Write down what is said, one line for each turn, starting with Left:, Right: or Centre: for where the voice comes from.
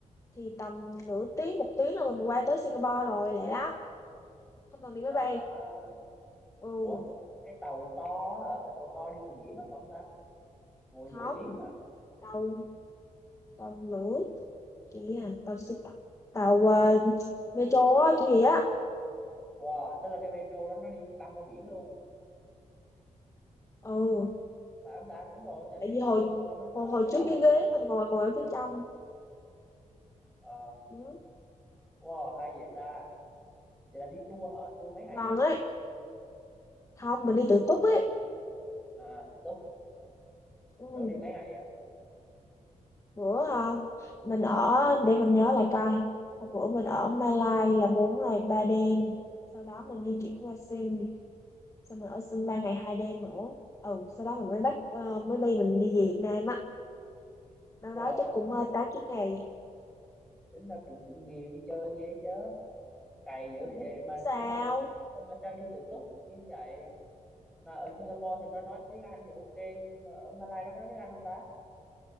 Left: thì tầm nửa tiếng, một tiếng là mình qua tới Singapore rồi, lẹ lắm. Không cần đi máy
Centre: À,
Left: bay. Ừ,
Centre: ủa cái tàu to hả cái tàu to đi ngoài biển á phải không ta ngồi nửa
Left: không.
Centre: tiếng hả
Left: Tàu tàu lửa kìa tàu xe tàu ờ, metro á kiểu gì á
Centre: wow tức là cái metro đó nó đi băng qua biển luôn
Left: ừ
Centre: phải không ta đúng rồi tại
Left: tại
Centre: vì
Left: vì hồi
Centre: Singapore nó là
Left: hồi, hồi
Centre: cái đảo
Left: trước cái
Centre: quốc
Left: ghế
Centre: mà
Left: mình ngồi ngồi ở phía trong
Centre: Ờ,
Left: ừ.
Centre: wow hay vậy ta vậy là đi tour hả tour mấy ngày
Left: gần
Centre: vậy
Left: ấy không mình đi tự túc ấy
Centre: à thì tốt
Left: ừ.
Centre: đổ đi mấy ngày vậy
Left: bữa không mình ở để mình nhớ lại coi Hôm bữa mình ở Malai là bốn ngày ba đêm sau đó mình di chuyển qua Sing xong mình ở Sing ba ngày hai đêm nữa ừ sau đó mình mới bắt ờ, mới bay mình đi về Việt Nam á đâu
Centre: wow
Left: đó chắc cũng
Centre: tính
Left: ờ,
Centre: là
Left: tám chín ngày
Centre: tính là cũng cũng ghiền đi chơi ghê chứ cày dữ vậy mà
Left: sao
Centre: ủa mà sao mà sao đi tự túc như vậy mà ở Singapore thì nó nói tiếng Anh thì ok nhưng mà ở Malaysia nó có nói tiếng Anh không ta